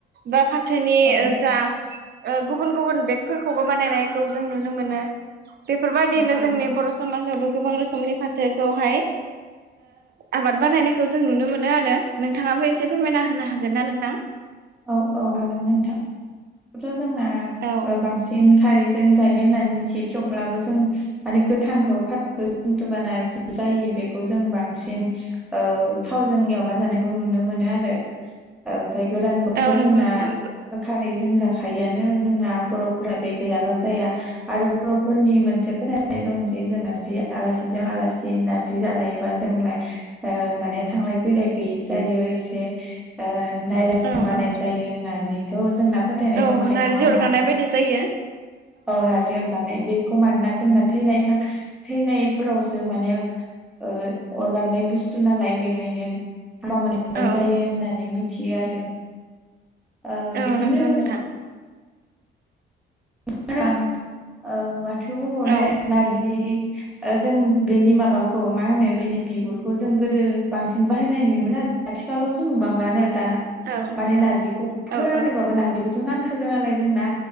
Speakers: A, on the right; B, in the centre.
A: बा फा थोनि
B: औ
A: जा गुबुन गुबुन बेगफोरखौबो बानायनायखौ जों नुनो मोनो बेफोरबायदिनो
B: औ
A: जोंनि बर' समाजावबो गोबां रोखोमनि फाथोखौहाय आबाद बानायनायखौ जों नुनो मोनो आरो नोंथाङाबो एसे फोरमायना होनो हागोन ना नोंथां
B: औ औ हागोन नोंथां खौथ' जोंना
A: औ
B: बांसिन खारैजों जायो होननानै मिथियो थेवब्लाबो जों माने गोथांखौ फाथखौ जुथुबाना जायो बेखौ जों बांसिन थावजों एवना जानायखौ नुनो मोनो आरो ओमफ्राय गोरान थ'
A: औ नंगौ
B: जोंना
A: नोंथां
B: खारै जों जाखायोआानो जोंना बर'फोरा बे गैयाबा जाया आरो बर'फोरनि मोनसे फोथायनाय दं जे जों नारजि आलासिजों आलासि नारजि जालायोबा जोंलाय माने थांलाय फैलाय गैयै जायो एसे नायलाय
A: औ
B: बानाय
A: औ
B: जायो होननानैथ' जोंना फोथायनाय
A: औ
B: दंखायो
A: नारजि
B: नङा हबा
A: अरगानाय बायदि जायो
B: औ नारजि अ जानाय बेखौ मानोना जोंना थैनाय थैनायफोरावसो माने ओ अरगारनाय बुस्थु नालाय बेखायनो हामा मोनो नाय
A: औ
B: जायो होननानै मिथियो आरो ओ
A: औ
B: बिदिनो
A: नंगौ नोंथां
B: आं ओ माथो बुंबावनो
A: औ
B: नारजि ओ जों बेनि माबाखौ मा होनो बेनि बिगुरखौ जों गोदो बांसिन बाहाय नाय नुयोमोन आरो आथिखालावथ' नुबांलानो दाना
A: औ
B: माने नारजिखौ फोरानोबाबो
A: औ
B: नारजिखौथ' नांथारगोन नालाय जोंना